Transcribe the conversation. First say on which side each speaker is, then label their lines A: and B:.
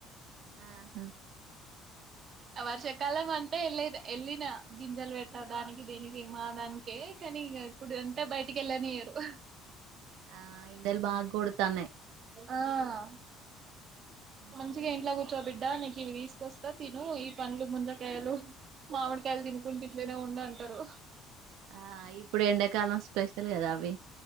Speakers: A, on the right; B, on the right.
A: ఆహా
B: వర్షకాలం అంటే వెళ్ళ వెళ్ళిన గింజలు పెట్ట దానికి దీనికి మా దానికి కానీ ఇగ ఇప్పుడు అంటే బయటికి వెళ్ళన నియ్యరు
A: ఆ ఎండలు బాగ కొడుతన్నేయి
B: ఆ
A: అందుకే
B: మంచిగా ఇంట్లా కూర్చో బిడ్డ నీకు ఇవి తీసుకొస్తా తిను ఈ పంలు ముంజకాయలు మామిడికాయలు తినుకున్టు ఇట్లనే ఉండు అంటారు
A: ఆ ఇప్పుడు ఎండాకాలం స్పెషల్ కదా అవి